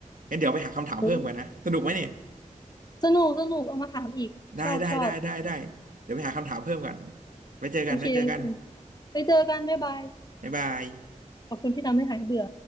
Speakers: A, on the right; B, on the left.
A: งั้นเดี๋ยวไปหาคำถามเพิ่มกันนะสนุกไหมเนี่ย
B: เออสนุกสนุกเอามาถามอีก
A: ได้ได้ได้ได้ได้
B: ชอบชอบ
A: เดี๋ยวไปหาคำถามเพิ่มกันไว้เจอกันไว้เจอกัน
B: โอเคโอเค ไปเจอกันบ๊ายบาย
A: บ๊ายบาย
B: ขอบคุณที่ทำให้หายเบื่อ